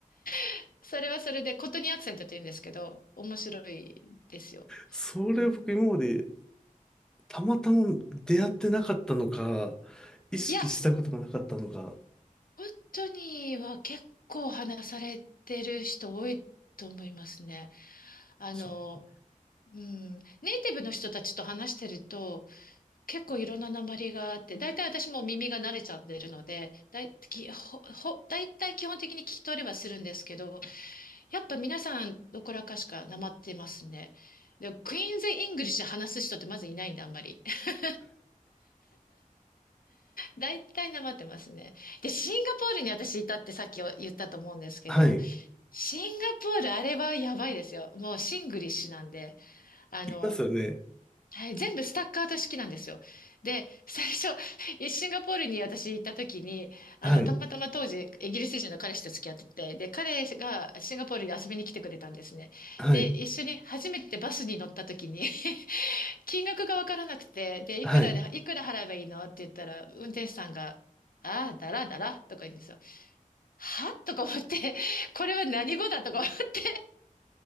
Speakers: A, on the left; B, in the centre.
A: <laughs> それはそれで、コトニーアクセントって言うんですけど、面白いですよ。
B: それ僕今まで
A: うん
B: たまたま出会ってなかったのか、意識したことがなかったのか。
A: いや、本当には結構話されてる人多いと思いますね。あの、
B: そう。
A: うん、ネイティブの人たちと話してると結構いろんな訛りがあって、大体私も耳が慣れちゃってるので、だい、き、ほ、ほ、大体基本的に聞き取れはするんですけど、やっぱ皆さんどこらかしかなまってますね。で、クイーンズ・イングリッシュ話す人ってまずいないんで、あんまり。<laughs> 大体なまってますね。で、シンガポールに私いたってさっき言ったと思うんですけど、
B: はい。
A: シンガポール、あれはやばいですよ。もうシングリッシュなんで、あの、
B: いますよね。
A: はい、全部スタッカート式なんですよ。で、最初、いシンガポールに私行った時に、あの、
B: はい。
A: たまたま当時、イギリス人の彼氏と付き合ってて、で、彼がシンガポールに遊びに来てくれたんですね。
B: はい。
A: で、一緒に初めてバスに乗った時に <laughs> 金額がわからなくて、で、
B: はい。
A: いくらで、いくら払えばいいのって言ったら、運転手さんが、ああ、だらだらとか言うんですよ。は <laughs> とか思って、<laughs> これは何語だとか思って